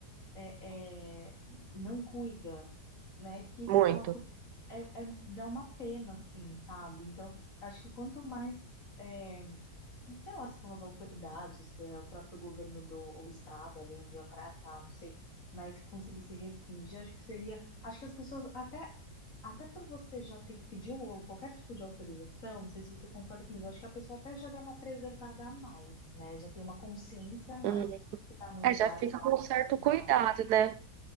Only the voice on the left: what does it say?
é, é, não cuida, né, que
você fala, putz, é, é- dá uma pena, assim, sabe? Então, acho que quanto mais... é, sei lá se são as autoridades, se é o próprio governo do ou o estado ali onde a praia tá, não sei, mas conseguir se restringir, acho que seria, acho que as pessoas até até por você já ter que pedir ou qualquer tipo de autorização, não sei se você concorda comigo, acho que a pessoa até já dá uma preservada a mais, né? Já tem uma consciência a mais
que tá num
lugar,
sei
lá,
que
é reservado.